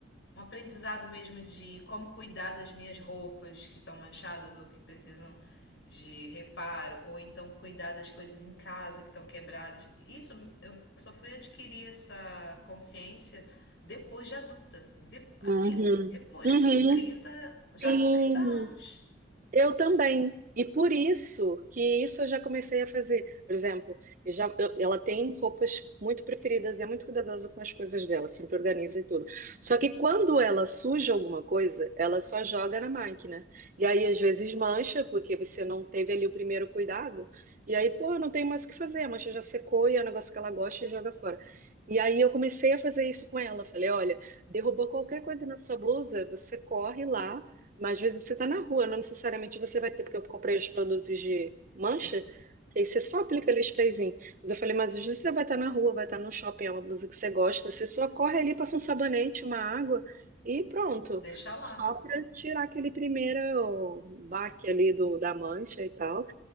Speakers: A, on the left; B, on the right.
A: um aprendizado mesmo de como cuidar das minhas roupas que estão manchadas ou que precisam de reparo, ou então cuidar das coisas em casa que estão quebradas. Isso eu só fui adquirir essa consciência depois de adulta. De, assim,
B: Uhum.
A: depois,
B: Uhum.
A: com 30 já
B: Sim.
A: com 30 anos.
B: Eu também. E por isso que isso eu já comecei a fazer. Por exemplo, eu já, eu- ela tem roupas muito preferidas e é muito cuidadosa com as coisas dela, sempre organiza e tudo. Só que quando ela suja alguma coisa, ela só joga na máquina. E aí às vezes mancha, porque você não teve ali o primeiro cuidado. E aí, pô, não tem mais o que fazer, a mancha já secou e é um negócio que ela gosta e joga fora. E aí eu comecei a fazer isso com ela. Falei, olha, derrubou qualquer coisa na sua blusa, você corre lá mas às vezes você está na rua, não necessariamente você vai ter, porque eu comprei os produtos de mancha,
A: Sim,
B: que aí você só aplica ali o sprayzinho. Mas eu falei, mas às vezes você vai estar na rua, vai estar no shopping, é uma blusa que você gosta, você só corre ali, passa um sabonete, uma água e pronto.
A: deixa lá.
B: Só para tirar aquele primeiro baque ali do, da mancha e tal.